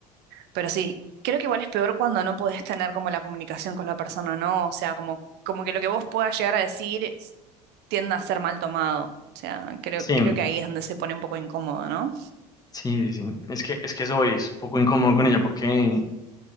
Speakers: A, on the right; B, on the left.
A: Pero sí, creo que igual es peor cuando no podés tener como la comunicación con la persona, ¿no? O sea, como, como que lo que vos puedas llegar a decir es- tiende a ser mal tomado. O sea, creo,
B: sí,
A: creo que ahí es donde se pone un poco incómodo, ¿no?
B: sí, sí, sí. Es que, es que eso es poco incómodo con ella porque